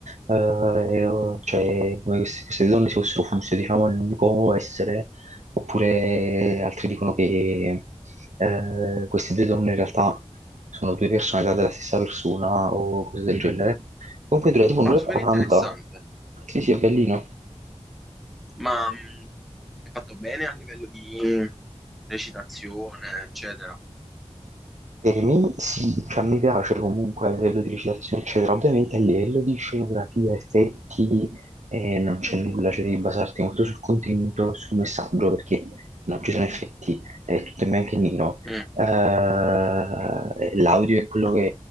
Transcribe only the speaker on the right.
eh, e, eh, cioè come se queste due donne si fossero fuse, diciamo, in un unico essere, oppure altri dicono che eh, queste due donne in realtà sono due personalità della stessa persona o cose del genere. Comunque dura tipo un'ora
e 40.
Sì, sì, è bellino.
Per me sì, cioè, mi piace comunque a livello di recitazione, eccetera. Ovviamente a livello di scenografia, effetti, eh, non c'è nulla, cioè devi basarti molto sul contenuto, sul messaggio, perché non ci sono effetti, è tutto in bianco e nero.
Eh, l'audio è quello che